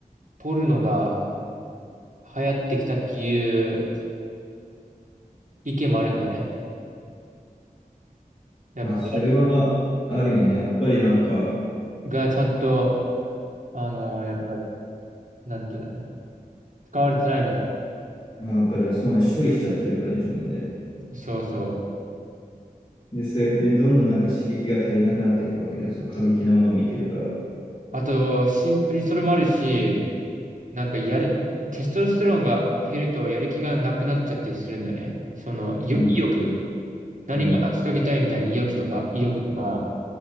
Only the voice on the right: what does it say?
ポルノが流行ってきたっていう意見もあるんだね。やっぱり、
がちゃんと、あの、やっぱり、なんていうのね、使われてないみたいな。
そうそう。
あと、シンプルにそれもあるし、なんか、やる、テストロステロンが減ると、やる気がなくなっちゃったりするんだよね。その、よ意欲。
何か成し遂げたいみたいに意欲とか、
意欲とか、